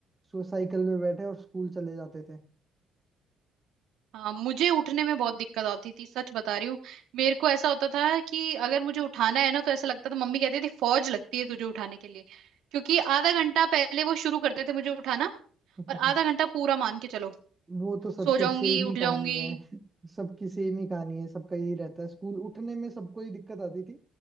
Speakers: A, on the right; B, on the right.
A: सो साइकिल में बैठे और स्कूल चले जाते थे
B: हाँ मुझे उठने में बहुत दिक्कत आती थी सच बता रही हूँ मेरे को ऐसा होता था कि अगर मुझे उठाना है ना तो ऐसा लगता था मम्मी कहती थी फौज लगती है तुझे उठाने के लिए क्योंकि आधा घंटा पहले वो शुरू करते थे मुझे उठाना
A: <laughs>
B: और आधा घंटा पूरा मान के चलो
A: वो तो सबकी
B: सो जाऊंगी
A: अब सेम
B: उठ
A: ही कहानी
B: जाऊंगी
A: है <laughs> सबकी सेम ही कहानी है सबका यही रहता है स्कूल उठने में सबको ही दिक्कत आती थी